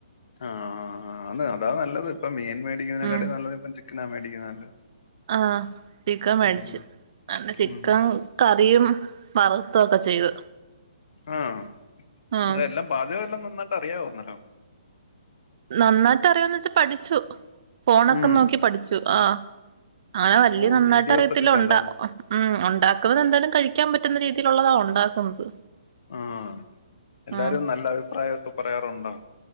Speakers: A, on the left; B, on the right.
A: ആഹ് ആന്ന് അതാ നല്ലത് ഇപ്പൊ മീൻ മേടിക്കുന്നതിനേക്കാട്ടി
B: ഉം
A: നല്ലത് ഇപ്പൊ ചിക്കനാ മേടിക്കുന്നത് നല്ലത്
B: ആഹ് ചിക്കൻ മേടിച്ച്
A: ഉം
B: അതെന്നെ ചിക്കൻ
A: ഉം
B: കറിയും വറുതൊക്കെ ചെയ്തു
A: ആഹ്
B: ആഹ്
A: എന്താ എല്ലാം പാചകമെല്ലാം നന്നായിട്ട് അറിയാവോ നല്ലോണം
B: നന്നായിട്ട് അറിയോന്ന് വെച്ചാ പഠിച്ചു ഫോണൊക്കെ
A: ഉം
B: നോക്കി പഠിച്ചു ആഹ് അങ്ങനെ വല്യ
A: ഓഹ്
B: നന്നായിട്ട്
A: വീഡിയോസ്
B: അറിയത്തില്ല
A: ഒക്കെ കണ്ടാരുന്നു
B: ഉണ്ട മ് ഉണ്ടാക്കുന്നത് എന്തായാലും കഴിക്കാൻ പറ്റുന്ന രീതിയിലുള്ളതാ ഉണ്ടാക്കുന്നത്
A: ആഹ് എല്ലാരും
B: ആഹ്
A: നല്ല അഭിപ്രായമൊക്കെ പറയാറുണ്ടോ